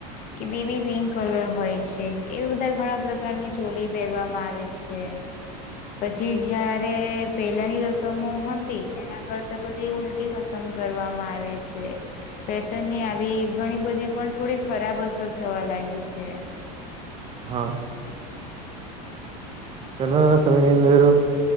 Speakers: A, on the left (about 45°); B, on the right (about 30°).
A: કે બેબી પિંક કલર હોય છે, એવી બધા ઘણા પ્રકારની ચોલી પહેરવામાં આવે છે. પછી જ્યાર રે પેલાની રસમો હતી, એના કરતા બધી ઉલટી રસમ કરવામાં આવે છે. એ, ફેશનની આવી ઘણી બધી પણ થોડી ખરાબ અસર થવા લાગી છે.
B: હા પેલાના સમયની અંદર